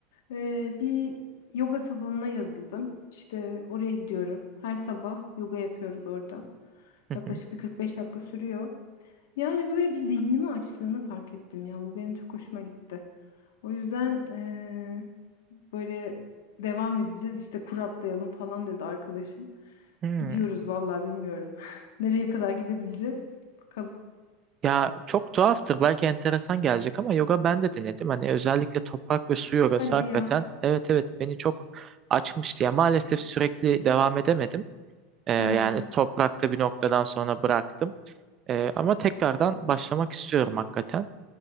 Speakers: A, on the left; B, on the right.
A: Ee, bir yoga salonuna yazıldım. İşte oraya gidiyorum. Her sabah yoga yapıyoruz orada.
B: Hı
A: Yaklaşık
B: hı.
A: bir 45 dakika sürüyor. Yani böyle bir zihnimi açtığını fark ettim ya. Bu benim çok hoşuma gitti. O yüzden ee, böyle devam edeceğiz. İşte kur atlayalım falan dedi arkadaşım.
B: Hmm.
A: Gidiyoruz vallahi bilmiyorum. <laughs> Nereye kadar gidebileceğiz? Bakalım.
B: Ya çok tuhaftır belki enteresan gelecek ama yoga ben de denedim. Hani özellikle toprak ve su yogası
A: Hadi
B: hakikaten
A: ya.
B: evet evet beni çok açmıştı. Ya maalesef sürekli devam edemedim. Ee, yani
A: He.
B: toprakta bir noktadan sonra bıraktım. Ee, ama tekrardan başlamak istiyorum hakikaten.